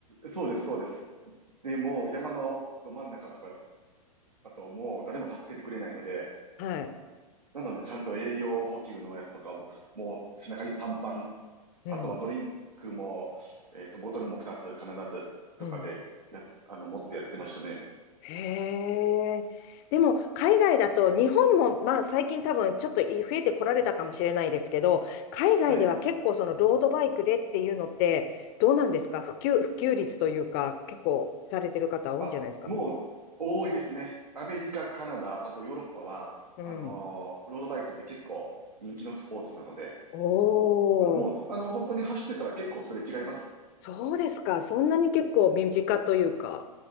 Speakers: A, on the right; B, on the left.
A: そうです、そうです。で、もう山のど真ん中とかだともう誰も助けてくれないので、
B: はい。
A: なのでちゃんと栄養補給のやつとかも、もう背中にパンパン、
B: うん、
A: あとはドリンクも、えっと、ボトルも2つ必ずとかで、
B: うん。
A: や、あの、持ってやってましたね。
B: へえ。でも、海外だと、日本も、まあ、最近多分、ちょっと増えてこられたかもしれないですけど、海外では結構、
A: はい。
B: その、ロードバイクでっていうのって、どうなんですか普及、普及率というか、結構、されてる方多いんじゃないですか
A: あ、もう多いですね。アメリカ、カナダ、あとヨーロッパは、
B: うん。
A: あのーロードバイクって結構人気のスポーツなので、
B: おー、
A: もう、あの、本当に走ってたら結構すれ違います。
B: そうですか。そんなに結構、
A: うん
B: 身近というか。